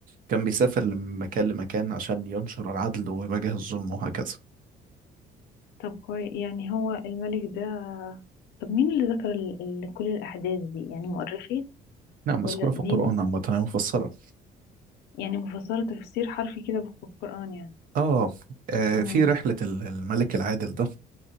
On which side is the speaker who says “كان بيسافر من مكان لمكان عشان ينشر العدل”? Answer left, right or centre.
Right